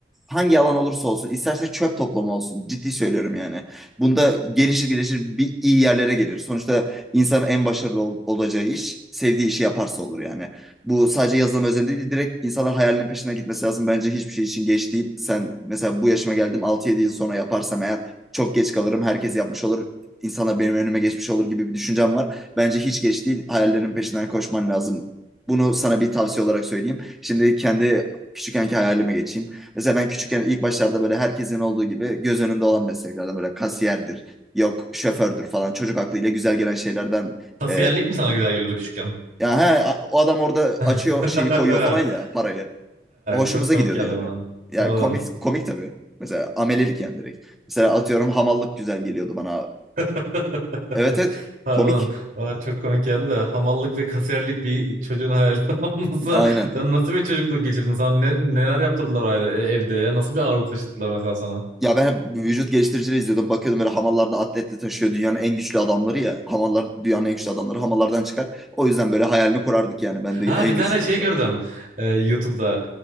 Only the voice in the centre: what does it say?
hangi alan olursa olsun, isterse çöp toplama olsun. Ciddi söylüyorum yani. Bunda gelişir gelişir bir iyi yerlere gelir. Sonuçta insanın en başarılı ol- olacağı iş sevdiği işi yaparsa olur yani. Bu sadece yazılım özelinde değil direkt insanlar hayalinin peşine gitmesi lazım. Bence hiçbir şey için geç değil. Sen mesela bu yaşıma geldim altı yedi yıl sonra yaparsam eğer çok geç kalırım. Herkes yapmış olur. İnsanlar benim önüme geçmiş olur gibi bir düşüncem var. Bence hiç geç değil. Hayallerin peşinden koşman lazım. Bunu sana bir tavsiye olarak söyleyeyim. Şimdi kendi küçükkenki hayalime geçeyim. Mesela ben küçükken ilk başlarda böyle herkesin olduğu gibi göz önünde olan mesleklerden böyle kasiyerdir, Yok şofördür falan çocuk aklıyla güzel gelen şeylerden
e,
ya he o adam orada açıyor
şeyi koyuyor falan ya parayı. Hoşumuza
gidiyordu
yani.
Yani
komik komik tabii. Mesela amelelik yani direkt. Mesela atıyorum hamallık güzel geliyordu bana.
Evet evet
komik.
Aynen.
Ya ben hep vücut geliştiricileri izliyordum. Bakıyordum böyle hamallarda atletle taşıyor dünyanın en güçlü adamları ya. Hamallar dünyanın en güçlü adamları hamallardan çıkar. O yüzden böyle hayalini kurardık yani ben de
en
güçlü
olacağım
diye.